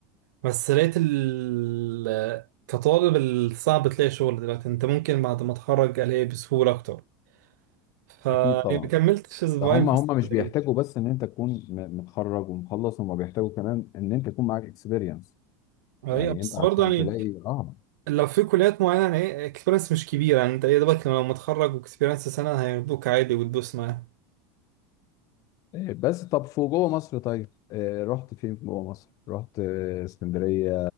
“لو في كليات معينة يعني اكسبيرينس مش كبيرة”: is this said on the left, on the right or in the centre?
Right